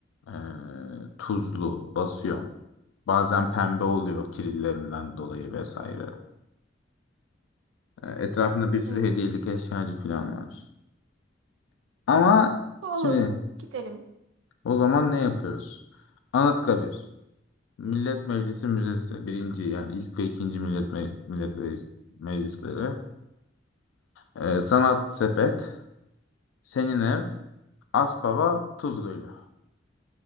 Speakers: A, on the left; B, on the right.
A: e, tuzlu, basıyor. Bazen pembe oluyor kirillerinden dolayı vesaire. E, Etrafında bir sürü
B: Hmm.
A: hediyelik eşyacı falan var. Ama
B: Olur.
A: şimdi
B: Gidelim.
A: o zaman ne yapıyoruz? Anıtkabir. Millet Meclisi Müzesi. Birinci yani ilk ve ikinci Millet, Me Millet Reis- Meclisleri. E, Sanat Sepet. Senin Ev. Aspava. Tuz Gölü.